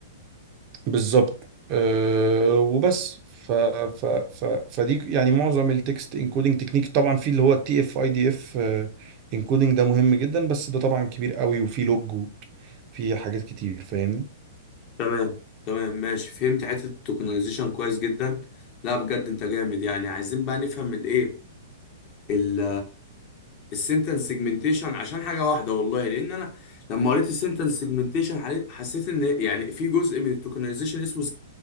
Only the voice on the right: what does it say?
بالظبط أه وبس ف ف ف فدي يعني معظم التكست انكودنج تكنيك طبعا في اللي هو التي اف اي دي اف انكودنج ده مهم جدا بس ده طبعا كبير قوي وفي لوج وفي حاجات كتير فاهمني